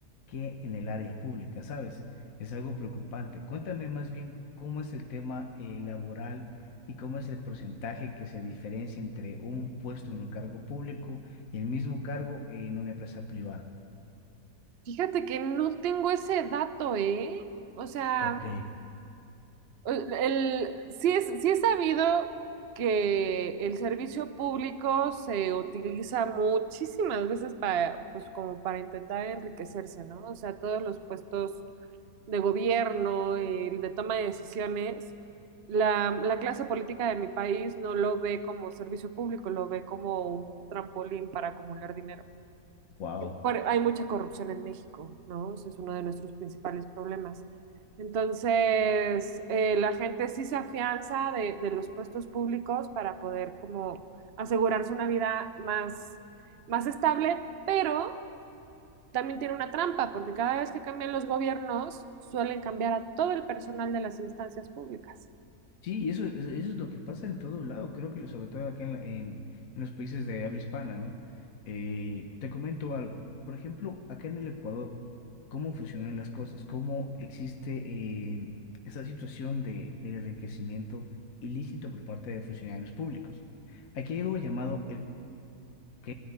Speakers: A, on the left; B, on the right.
A: que en el área pública, ¿sabes? Es algo preocupante. Cuéntame más bien cómo es el tema eh, laboral ¿Y cómo es el porcentaje que se diferencia entre un puesto en un cargo público y el mismo cargo en una empresa privada?
B: fíjate que no tengo ese dato, ¿eh? O sea,
A: Ok,
B: el, el- sí es, sí es sabido que el servicio público se utiliza muchísimas veces para, pues, como para intentar enriquecerse, ¿no? O sea, todos los puestos de gobierno, el de toma de decisiones, la, la clase política de mi país no lo ve como servicio público, lo ve como un trampolín para acumular dinero.
A: Wow.
B: por- hay mucha corrupción en México, ¿no? Ese es uno de nuestros principales problemas. Entonces, eh, la gente sí se afianza de, de los puestos públicos para poder como asegurarse una vida más, más estable, pero también tiene una trampa, porque cada vez que cambian los gobiernos, suelen cambiar a todo el personal de las instancias públicas.
A: Sí, eso, eso es lo que pasa en todo lado, creo que sobre todo acá en, la- en- en los países de habla hispana, ¿no? Eh, te comento algo, por ejemplo, acá en el Ecuador, ¿cómo funcionan las cosas? ¿Cómo existe eh, esa situación de, del enriquecimiento ilícito por parte de funcionarios públicos? Aquí hay algo llamado ¿ok?